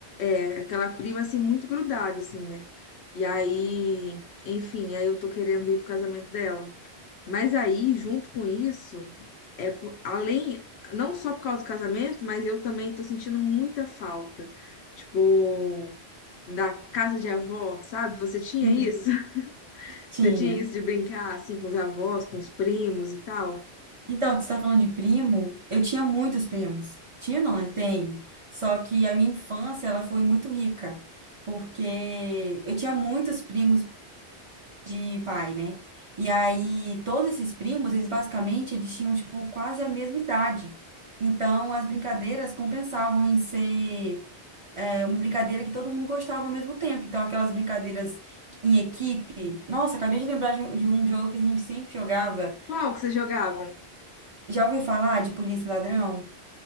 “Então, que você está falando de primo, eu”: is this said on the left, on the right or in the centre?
Right